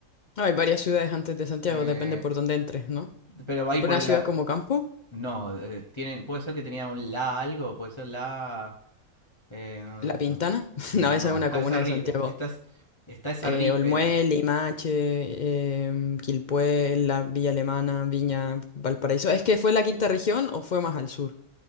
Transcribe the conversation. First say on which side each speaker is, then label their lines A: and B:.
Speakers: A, on the left; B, on the left.
A: Hay varias ciudades antes de Santiago,
B: eh,
A: depende por dónde entres, ¿no?
B: pero ahí
A: Por
B: por
A: una
B: el...
A: ciudad como Campo,
B: No, eh, tienen, puede ser que tenía un la algo, puede ser la... eh,
A: La Pintana.
B: bueno,
A: <laughs>
B: no,
A: No, esa es una
B: está
A: comuna
B: esa
A: de
B: ri-
A: Santiago.
B: est- estás- está esa
A: eh,
B: ri-
A: Olmué,
B: eh,
A: Limache, em, Quilpué, la Villa Alemana, Viña, Valparaíso. ¿Es que fue la quinta región o fue más al sur?